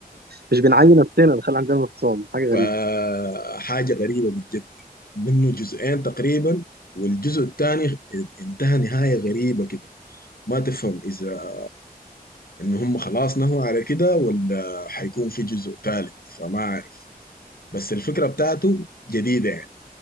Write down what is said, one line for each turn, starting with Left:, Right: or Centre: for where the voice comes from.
Right: مش بنعين نفسنا نخلي عندنا انفصام حاجه
Left: فحاجة
Right: غريبه
Left: غريبة بالجد منه جزئين تقريبا والجزء الثاني انتهى نهاية غريبة كده ما تفهم إذا ان هم خلاص نهوا على كده ولا حيكون في جزء ثالث فما عارف بس الفكرة بتاعته جديدة يعني